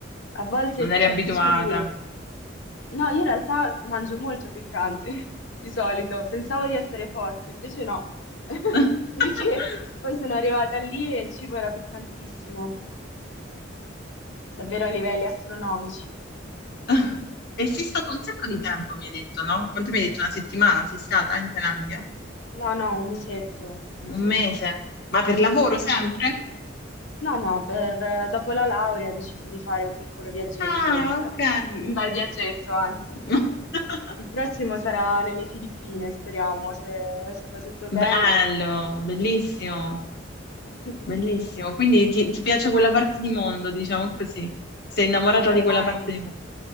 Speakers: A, on the left (about 80°); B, on the left (about 60°).
A: a volte
B: non eri
A: certi
B: abituata.
A: cibi... No, io in realtà mangio molto piccante, <laughs> di solito, pensavo di essere forte, invece no, <laughs>
B: <laughs>
A: perché poi sono arrivata lì e il cibo era piccantissimo, davvero a livelli astronomici.
B: <laughs> E sei stato un sacco di tempo, mi hai detto, no? Quanto mi hai detto? Una settimana sei stata in Thailandia?
A: No, no, un mesetto, un mesetto.
B: Un mese? Ma per lavoro sempre?
A: No, no, per- eh, dopo la laurea ho deciso di fare un piccolo viaggetto,
B: Ah,
A: cioè
B: ok.
A: un bel viaggetto, anzi.
B: <laughs>
A: Il prossimo sarà nelle Filippine, speriamo, se, se va tutto bene.
B: Bello, bellissimo,
A: <laughs>
B: bellissimo. Quindi ti, ti piace quella parte di mondo, diciamo così. Sei innamorata
A: Sì, ormai,
B: di quella parte di mondo.